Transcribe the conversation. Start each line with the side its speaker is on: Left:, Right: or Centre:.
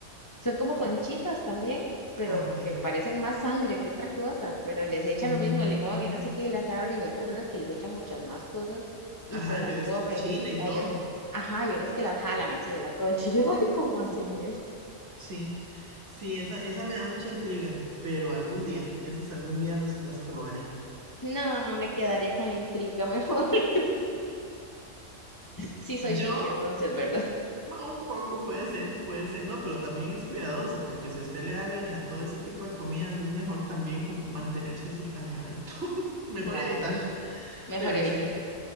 Left: son como
Right: co-
Left: conchitas también, pero
Right: ah, ok.
Left: que parecen más sangre que otra cosa, pero les echan
Right: Mm.
Left: lo mismo, limón y no sé qué, y las abren. Hay personas que les echan muchas más cosas
Right: Ajá,
Left: y se las
Right: yo he visto
Left: comen.
Right: Chile y
Left: Hay,
Right: todo.
Left: ot- ajá, hay unos que las jalan así de la concha. <laughs> Yo, ay, ¿cómo
Right: Ujú.
Left: hacen eso?
Right: Sí, sí, esa, esa me da mucha intriga, pero algún día, esas algún día las, las probaré.
Left: No, me quedaría con la intriga mejor. <laughs> Sí soy piqui
Right: Yo,
Left: entonces, ¿verdad?
Right: un poco puede ser, puede ser, no, pero también es cuidadosa, porque si a usted le da alergia a todo ese tipo de comidas, es mejor también como mantenerse así alejadito. <laughs> Mejor
Left: Claro,
Right: evitar,
Left: mejor
Right: pero
Left: evitar.
Right: sí.